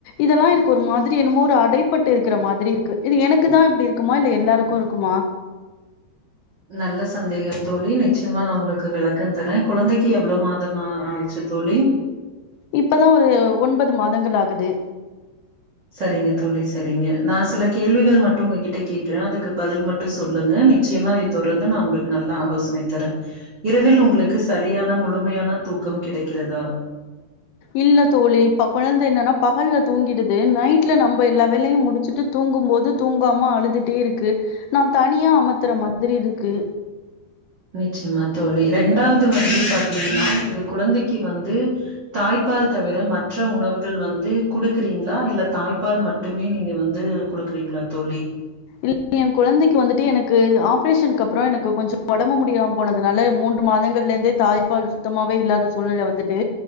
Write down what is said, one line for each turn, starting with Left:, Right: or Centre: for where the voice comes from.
Left: இதெல்லா எனக்கு ஒரு மாதிரி என்னமோ ஒரு அடைப்பட்டு இருக்கிற மாதிரி இருக்கு இது எனக்கு தா இப்டி இருக்குமா இல்ல எல்லாருக்கு இருக் குமா
Right: நல்ல சந்தேகம் தோழி நிச்சயமா நா உங்களுக்கு விளக்கம் தர குழந்தைக்கு எவ்ளம் மாதமா ஆச்சி தோழி
Left: இப்பதா ஒரு ஒன்பது மாதங்கள் ஆகுது
Right: சரிங்க தோழி சரிங்க நா சில கேள்விகள் மட்டு உங்க கிட்ட கேக்ற அதுக்கு பதில் மட்டு சொல்லுங்க நிச்சயமா அதை தொடர்ந்து நா உங்களுக்கு நல்லா ஆலோசனை தர இரவில் உங்களுக்கு சரியான முழுமையான தூக்கம் கிடைக்கிறதா
Left: இல்ல தோழி இப்ப குழந்த என்னன்னா பகல்ல தூங்கிடுது நைட்ல நம்ம எல்லா வேலையு முடிச்சிட்டு தூங்கும்போது தூங்காம அழுதுட்டே இருக்கு நா தனியா அமத்துற மாதிரி இருக்கு
Right: நிச்சயமா தோழி ரெண்டாவது வந்து பாத்தீங்னா நீங்க குழந்தைக்கு வந்து தாய்ப்பால் தவிர மற்ற உணவுகள் வந்து குடுக்றீங்ளா இல்ல தாய்ப்பால் மட் ட்டுமே நீங்க வந்து குடுக்றீங்ளா தோழி
Left: ல் ஏ குழந்தைக்கு வந்துட்டு எனக்கு ஆப்ரேஷனுக்கு அப்றோ எனக்கு கொஞ்சோ ஒடம்பு முடியா போனதுனால மூன்று மாதங்கள்ல இருந்தே தாய்ப்பால் சுத்தமாவே இல்லாத சூழ்நிலை வந்துட்டு